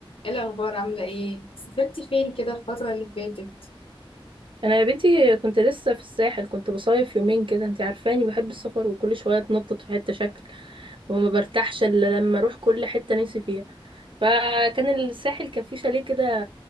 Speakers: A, on the left; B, on the right.
A: ايه الاخبار عامله ايه سافرتي فين كده الفتره اللي فاتت
B: انا يا بنتي كنت لسه في الساحل كنت بصيف يومين كده انت عارفاني بحب السفر وكل شويه اتنطط في حته شكل وما برتاحش الا لما اروح كل حته نفسي فيها فكان الساحل كان فيه شاليه كده